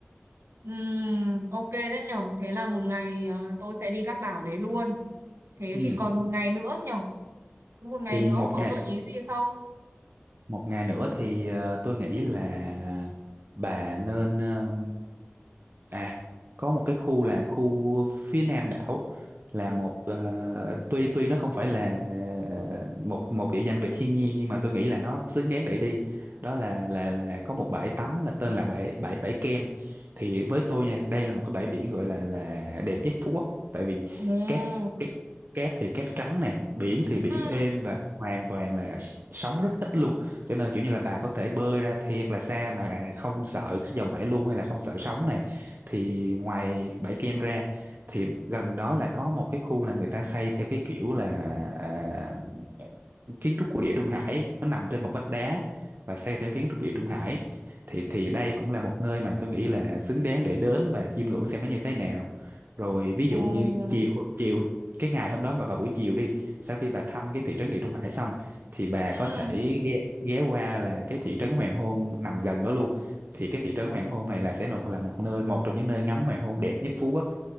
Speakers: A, on the right; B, on the right.
A: ừm, ok đấy nhở. Thế là một ngày ờ, tôi sẽ đi các đảo đấy luôn. Thế
B: ừ.
A: thì còn một ngày nữa nhở? một ngày
B: thì
A: nữa
B: một
A: ông có
B: ngày
A: gợi ý gì không
B: một ngày nữa thì ờ, tôi nghĩ là à, bà nên ờ, à có một cái khu là khu phía nam đảo là một ờ, tuy tuy nó không phải là một một địa danh về thiên nhiên nhưng mà tôi nghĩ là nó xứng đáng để đi đó là là là có một bãi tắm là tên là bãi bãi bãi Kem thì với tôi nha đây là một cái bãi biển gọi là là đẹp nhất Phú Quốc tại vì
A: ừ
B: cát cát thì cát trắng này biển thì biển
A: ừ
B: êm và hoàn toàn là sóng rất ít luôn cho nên kiểu như là bà có thể bơi ra thiệt là xa mà không sợ các dòng hải lưu hay là không sợ sóng này thì ngoài bãi kem ra thì gần đó là có một cái khu là người ta xây theo cái kiểu là à, kiến trúc của Địa Trung Hải nó nằm trên một vách đá và xây theo kiến trúc Địa Trung Hải thì thì đây cũng là một nơi mà tôi nghĩ là xứng đáng để đến và chiêm ngưỡng xem nó như thế nào rồi ví
A: ừ
B: dụ như chiều chiều cái ngày hôm đó mà vào buổi chiều đi sau khi bà thăm cái thị trấn Địa Trung Hải xong thì bà
A: ừ
B: có thể ghé, ghé qua là cái thị trấn hoàng hôn nằm gần đó luôn thì cái thị trấn hoàng hôn này là sẽ là, là một nơi một trong những nơi ngắm hoàng hôn đẹp nhất Phú Quốc